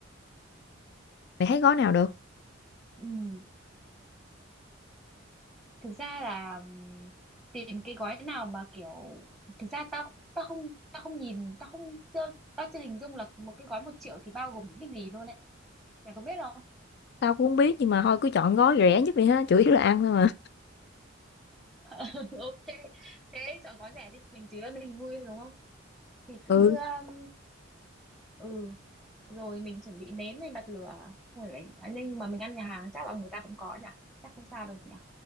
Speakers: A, on the left; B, in the centre.
A: Mày thấy gói nào được?
B: ừ thực ra là ừm, tìm cái gói nào mà kiểu thực ra tao tao không tao không nhìn tao không chưa tao chưa hình dung là một cái gói một triệu thì bao gồm những cái gì luôn ấy mày có biết không
A: Tao cũng hông biết, nhưng mà thôi cứ chọn gói rẻ nhất đi ha, chủ yếu là ăn thôi mà.
B: <laughs> ok thế chọn gói rẻ đi mình chứa mình vui thôi đúng không thì cứ
A: Ừ,
B: um, ừ rồi mình chuẩn bị nến này bật lửa Ôi, lại à, nhưng mà mình ăn nhà hàng chắc là người ta cũng có nhỉ chắc không sao đâu nhỉ